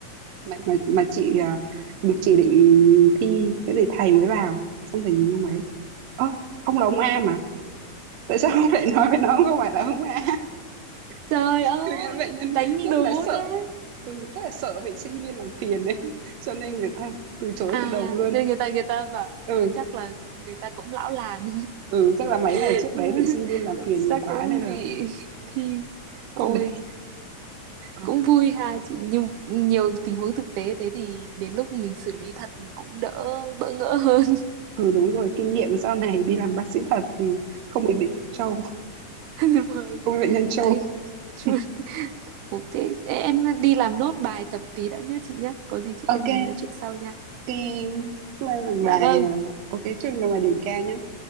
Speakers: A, on the right; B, on the right.
A: mà mà mà chị à, được chỉ định thi thế thì thầy mới vào xong thầy nhìn ông ấy ơ ông là ông A mà tại sao ông lại nói với nó ông không phải là ông A <laughs>
B: trời ơi
A: Thực ra bệnh nhân
B: đánh
A: rất
B: đố
A: là sợ
B: thế
A: ừ, rất là sợ bị sinh viên làm phiền đấy <laughs> cho nên người ta từ chối
B: à
A: từ đầu luôn
B: nên người ta người ta bảo
A: ừ
B: ôi chắc là người ta cũng lão làng
A: ừ chắc là mấy ngày
B: <laughs>
A: trước đấy bị sinh viên làm phiền nhiều
B: chắc
A: quá
B: cũng
A: nên là
B: bị thi ôi
A: không đấy Ờ,
B: cũng vui ha chị nhưng nhiều tình huống thực tế thế thì đến lúc mình xử lý thật cũng đỡ bỡ ngỡ hơn
A: ừ đúng rồi kinh nghiệm sau này đi làm bác sĩ thật thì không bị bệnh nhân trâu
B: <laughs> vâng
A: không bị bệnh nhân trâu
B: ấy chú-
A: <laughs>
B: Ừ, thế em đi làm nốt bài tập tí đã nhớ chị nhé. Có gì chị em
A: ok
B: mình nói chuyện sau nha.
A: Ok, hôm nay làm
B: Dạ
A: bài
B: vâng.
A: ờ, ok chúc em làm bài điểm cao nhé.